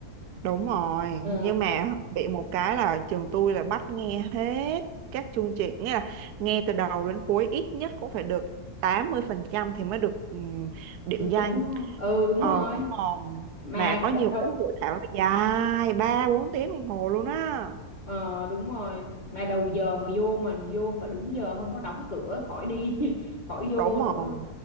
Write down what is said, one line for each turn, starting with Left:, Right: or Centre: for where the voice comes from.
Right: Đúng rồi,
Left: Ờ
Right: nhưng mà bị một cái là trường tôi là bắt nghe hết các chương trình, nghĩa là nghe từ đầu đến cuối ít nhất cũng phải được 80% thì mới được ừm, điểm
Left: được
Right: danh.
Left: tính đúng không? Ừ đúng
Right: Ờ
Left: rồi.
Right: đúng rồi.
Left: Mà
Right: Mà có nhiều
Left: đợt,
Right: cái hội thảo nó dài 3 4 tiếng đồng hồ luôn á.
Left: Ờ đúng rồi mà đầu giờ mà vô mà vô phải đúng giờ không có đóng cửa khỏi đi <laughs> khỏi vô
Right: Đúng rồi.
Left: nữa